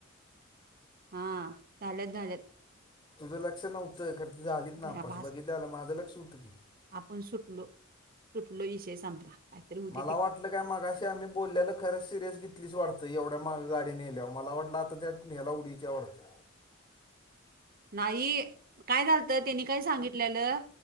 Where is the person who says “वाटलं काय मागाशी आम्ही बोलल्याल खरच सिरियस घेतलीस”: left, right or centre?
Left